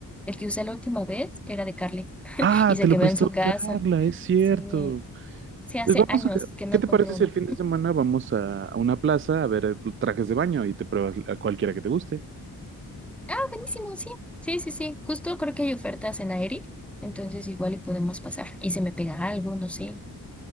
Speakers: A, in the centre; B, on the right.
A: el que usé la última vez era de Carly
B: Ah,
A: y se
B: te lo
A: quedó
B: prestó
A: en su casa.
B: Carla, es cierto.
A: Sí, sí, hace
B: Pues vamos
A: años
B: a...
A: que no
B: ¿Qué te
A: compro
B: parece si
A: uno.
B: el fin de semana vamos a, a una plaza a ver eh, trajes de baño y te pruebas a cualquiera que te guste?
A: Ah, buenísimo, sí. Sí, sí, sí. Justo creo que hay ofertas en aire. Entonces igual y podemos pasar. Y se me pega algo, no sé,